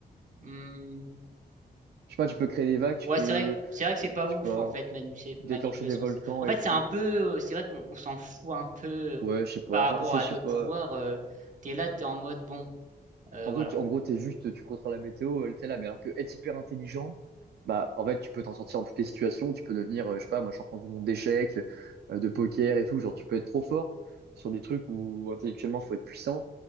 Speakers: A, on the right (about 50°); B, on the right (about 85°).
A: hmm,
B: Je sais pas, tu peux créer des vagues, tu
A: ouais,
B: peux,
A: c'est vrai, c'est vrai que c'est pas ouf,
B: je sais pas,
A: en fait, manu- c'est-
B: déclencher
A: manipulation.
B: des volcans
A: des- En
B: et
A: fait,
B: tout.
A: c'est un peu, euh, c'est vrai qu'on on s'en fout un peu euh,
B: Ouais, je sais pas.
A: par rapport
B: Enfin, c'est,
A: à
B: je
A: d'autres
B: sais pas.
A: pouvoirs. euh, t'es là, t'es en mode bon, euh,
B: En
A: voilà.
B: gros, tu, en gros, t'es juste, tu contrôles la météo, elle t'es là. Mais alors que être hyper intelligent, bah, en fait, tu peux t'en sortir dans toutes les situations. Tu peux devenir, euh, je sais pas, moi, champion du monde d'échecs, euh, de poker et tout. Genre, tu peux être trop fort sur des trucs où intellectuellement, faut être puissant.